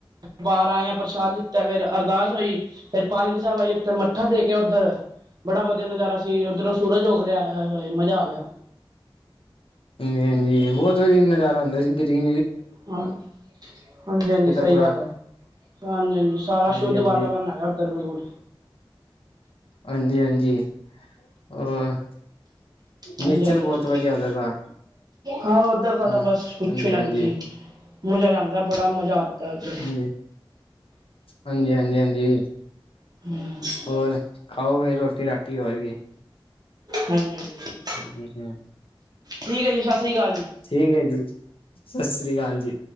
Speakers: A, on the right; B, on the left.
A: ਬਾਰ ਆਇ ਪ੍ਰਸ਼ਾਦ ਦਿੱਤਾਂ ਫੇਰ ਅਰਦਾਸ ਹੋਈ ਫਿਰ ਪਾਲਕੀ ਸਾਹਿਬ ਆਈ ਮੱਥਾ ਟੇਕਿਆ ਉੱਧਰ ਬੜਾ ਵਧੀਆ ਨਜ਼ਾਰਾ ਸੀ ਉੱਧਰੋਂ ਸੂਰਜ ਉਗ ਰਿਹਾ ਮਜ਼ਾ ਆ ਗਿਆ
B: ਹਾਂਜੀ ਹਾਂਜੀ ਬਹੁਤ ਵਧੀਆ ਨਜ਼ਾਰਾ ਹੁੰਦਾ ਸੀ ਗਿਰਵੀ
A: ਹਾਂ ਹਾਂਜੀ ਹਾਂਜੀ ਸਹੀ
B: ਪੂਰਾ
A: ਗੱਲ ਹੈ ਹਾਂਜੀ ਹਾਂਜੀ ਸਾਰਾ
B: ਹਾਂਜੀ
A: ਸ਼ੁੱਧ
B: ਹਾਂਜੀ
A: ਵਾਤਾਵਰਨ ਹੈਗਾ ਧਰਮ ਰੋਡ
B: ਹਾਂਜੀ ਹਾਂਜੀ। ਔਰ
A: ਹਾਂਜੀ
B: ਨੇਚਰ
A: ਹਾਂਜੀ।
B: ਬਹੁਤ ਵਧੀਆ ਹੁੰਦਾ ਦਾ
A: ਹਾਂ ਉੱਧਰ ਦਾ
B: ਹਾਂ
A: ਤਾਂ ਬਸ
B: ਹਾਂਜੀ
A: ਪੁੱਛੋ ਹੀ ਨਾ
B: ਹਾਂਜੀ
A: ਤੁਸੀਂ ਮਜ਼ਾ ਆ ਜਾਂਦਾ ਬੜਾ ਮਜ਼ਾ ਆਂਦਾ ਉਧਰ
B: ਹਾਂਜੀ-ਹਾਂਜੀ-ਹਾਂਜੀ।
A: ਹਮ।
B: ਹੋਰ ਖਾਓ ਫੇਰ ਰੋਟੀ ਰਾਟੀ ਹੋਏ ਗਈ
A: ਹਾਂਜੀ ਹਾਂਜੀ
B: <unintelligible>
A: ਠੀਕ ਹੈ ਜੀ ਸਤਿ ਸ੍ਰੀ ਅਕਾਲ ਜੀ
B: ਠੀਕ ਹੈ ਜੀ ਸਤਿ ਸ੍ਰੀ ਅਕਾਲ ਜੀ।